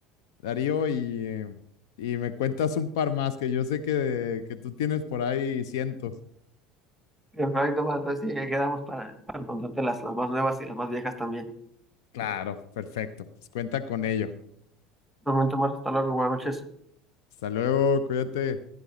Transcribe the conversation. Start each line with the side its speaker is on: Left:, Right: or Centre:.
Left: Darío, y, eh, y me cuentas un par más que yo sé que, que tú tienes por ahí cientos.
Centre: Perfecto, bueno, entonces sí, ahí quedamos para, para contarte las, las más nuevas y las más viejas también.
Left: Claro, perfecto. Pues cuenta con ello.
Centre: Un momento más, hasta luego, buenas noches.
Left: Hasta luego, cuídate.